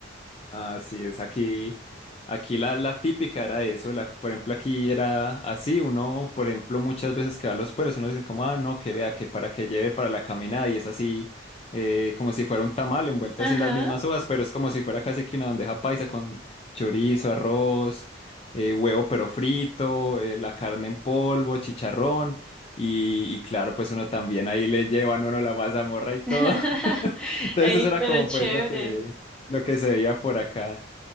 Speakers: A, on the left (about 30°); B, in the centre.
A: Así es, aquí, aquí la, la típica era eso, la, por ejemplo, aquí era así, uno, por ejemplo, muchas veces que va a los pueblos, uno dice como, ah, no, que vea, que para que lleve para la caminada, y es así, eh, como si fuera un tamal envuelto
B: Ajá.
A: así en las mismas hojas, pero es como si fuera casi que una bandeja paisa con chorizo, arroz, eh, huevo pero frito, eh, la carne en polvo, chicharrón, y, y claro, pues uno también ahí le llevan uno la mazamorra y todo,
B: <laughs>
A: <laughs> entonces
B: Ey,
A: eso era
B: pero
A: como
B: chévere.
A: pues lo que, lo que se veía por acá.